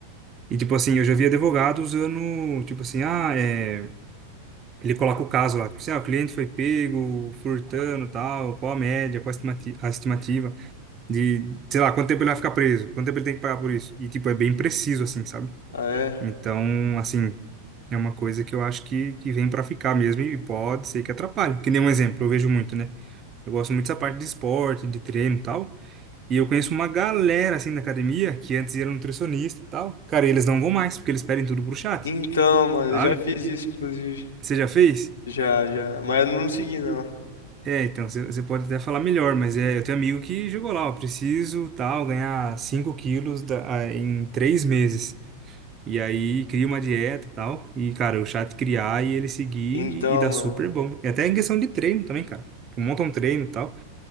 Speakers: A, on the right; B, on the left.
A: E tipo assim, eu já vi advogado usando, tipo assim, ah, é... ele coloca o caso lá, tipo assim, ah, o cliente foi pego, furtando, tal, qual a média, qual a estimati- a estimativa de, sei lá, quanto tempo ele vai ficar preso, quanto tempo ele tem que pagar por isso. E tipo, é bem preciso, assim, sabe?
B: Ah, é?
A: Então, assim, é uma coisa que eu acho que, que vem para ficar mesmo e pode ser que atrapalhe. Que nem um exemplo, eu vejo muito, né? Eu gosto muito dessa parte de esporte, de treino e tal. E eu conheço uma galera, assim, da academia que antes era nutricionista e tal. Cara, eles não vão mais, porque eles pedem tudo pro chat,
B: Então, mano,
A: sabe?
B: eu já fiz isso, inclusive.
A: Você já fez?
B: Já, já. Mas eu não segui, não.
A: É, então, você você pode até falar melhor, mas é, eu tenho amigo que jogou lá, ó, preciso, tal, ganhar 5 quilos da- ah, em 3 meses. E aí cria uma dieta e tal. E, cara, o chat criar e ele seguir
B: Então,
A: e, e dá
B: mano.
A: super bom. E até em questão de treino também, cara. Tipo, monta um treino e tal.